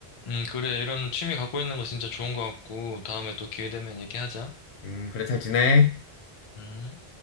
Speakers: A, on the left; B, on the left.
A: 음, 그래. 이런 취미 갖고 있는 거 진짜 좋은 것 같고, 다음에 또 기회 되면 얘기하자.
B: 음, 그래, 잘 지내.
A: 음.